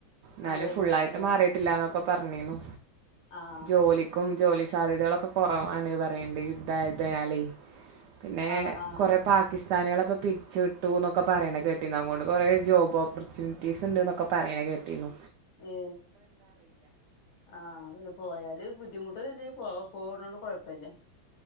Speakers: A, on the right; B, on the left.
A: ന്നാലും
B: അതെല്ലേ
A: ഫുുള്ളായിട്ട്
B: ഏഹ്
A: മാറിയിട്ടില്ല എന്നൊക്കെ പറഞ്ഞിന്നു
B: ആഹ്
A: ജോലി ക്കും ജോലി സാധ്യതകളൊക്കെ കൊറവാണ് പറയ്ണ്ട് യുദ്ധായതി നാലയ് പിന്നെകൊറേ
B: ആഹ് ആഹ്
A: പാ പാക്കിസ്ഥാനികളെ പിരിച്ച് വിട്ടൂ ന്നുക്കെ പറയണ് കേട്ടിന്നുഅങ്ങോട്ട് കുറെജോബ് ഓപ്പർച്യൂ റ്റിസ്ണ്ട് ന്നൊക്കെ പറയണ്കേട്ടിന്നു
B: ഏ ആഹ് ങ്ങനെ പോയാല് ബുദ്ധിമുട്ട്ന്ന് ണ്ട് പോവാ പോണോണ്ട് കൊഴപ്പല്ല.